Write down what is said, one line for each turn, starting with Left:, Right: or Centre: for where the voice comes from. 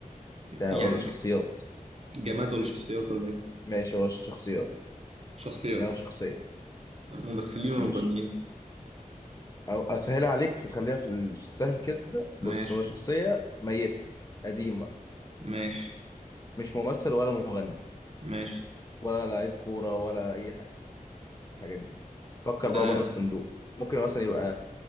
Left: ده
Right: يا
Left: ولا
Right: عم
Left: شخصيات
Right: ج- جماد ولا شخصيات ولا ايه
Left: ماشي هو شخصيات
Right: شخصيات
Left: يعني هو شخصية
Right: ممثلين ولا
Left: ماشي
Right: مغنيين
Left: او اسهلها عليك في خليها في السهل كده بص
Right: ماشي
Left: هو شخصيه ميته قديمه
Right: ماشي
Left: مش ممثل ولا مغني
Right: ماشي
Left: ولا لعيب كوره ولا اي حاجه من الحاجات دي فكر
Right: آه
Left: بقى بره الصندوق ممكن مثلا يبقى